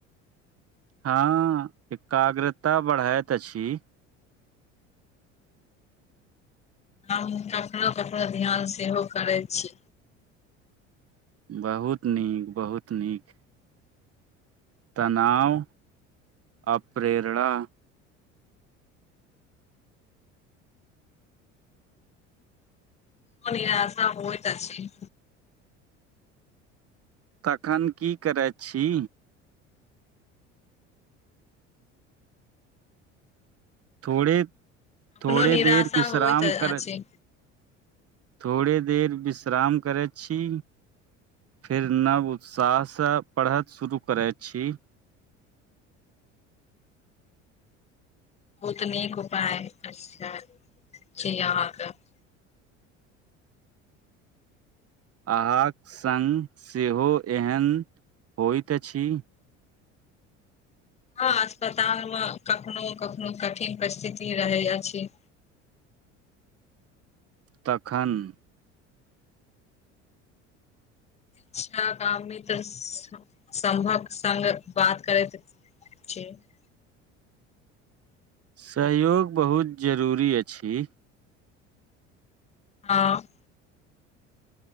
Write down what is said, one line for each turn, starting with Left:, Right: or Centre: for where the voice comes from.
Right: हँ एकाग्रता बढ़ैएत अछि।
Left: हम हिनका साउस पर ध्यान सेहो करैत छी,
Right: बहुत नीक, बहुत नीक तनाव आ प्रेरणा
Left: परेया आसा होइत अछि,
Right: तखन की करै छी, थोड़े -थोड़े
Left: कखनो निराशा
Right: देर विश्राम
Left: होइत अछि
Right: करऽ, थोड़े देर विश्राम करै छि। फेर नव उत्साहसँ पढ़त शुरू करे छि।
Left: बहुत नीक उपाय अच्छा छि अहाँके- -
Right: अहाँक सङ्ग सेहो एहन होइत अछि।
Left: हँ अस्पताल मे कखनो कखनो कठिन परिथिति रहे अछि।
Right: तखन- -
Left: पिछला गाम में त सा समभक सङग बात करैत। चे- -
Right: सहयोग बहुत जरूरी अछि।
Left: हँ- -